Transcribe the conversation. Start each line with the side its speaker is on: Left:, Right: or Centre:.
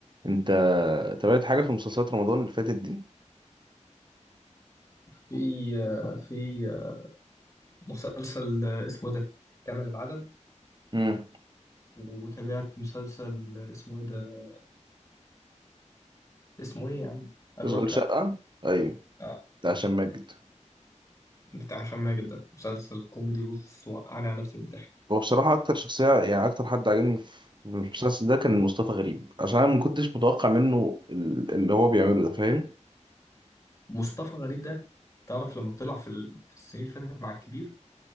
Right: انت تابعت حاجه في مسلسلات رمضان اللي فاتت دي
Left: في آه، في آه، مسلسل آه، اسمه ده كامل العدد
Right: امم
Left: وتابعت مسلسل آه، اسمه ايه ده اسمه ايه يا عم اشغال
Right: اشغال شقه
Left: شقة
Right: ايوه
Left: آه،
Right: بتاع هشام ماجد
Left: بتاع هشام ماجد ده مسلسل كوميدي بص وقعني على نفسي بالضحك
Right: هو بصراحه اكتر شخصيه يعني اكتر حد عجبني في المسلسل ده كان مصطفى غريب عشان انا ما كنتش متوقع منه ال- اللي هو بيعمله ده فاهم
Left: مصطفى غريب ده تعرف لما طلع في ال- في السنين اللي فاتت مع الكبير